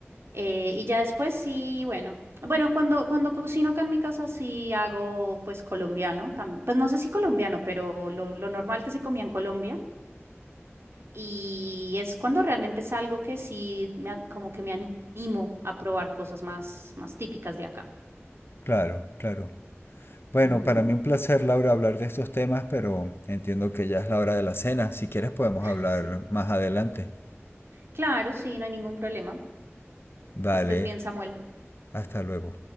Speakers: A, on the right (about 60°); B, on the left (about 55°).
A: Eh, y ya después sí, bueno. Bueno, cuando, cuando cocino acá en mi casa sí hago pues colombiano. tam- Pues no sé si colombiano, pero lo, lo normal que se comía en Colombia. Y es cuando realmente es algo que sí me, an- como que me animo a probar cosas más, más típicas de acá.
B: claro, claro. Bueno,
A: Ujú,
B: para mí un placer, Laura, hablar de estos temas, pero entiendo que ya es la hora de la cena. Si quieres podemos
A: <laughs>
B: hablar
A: Sí.
B: más adelante.
A: Claro, sí, no hay ningún problema.
B: Vale,
A: Que estés bien, Samuel.
B: hasta luego.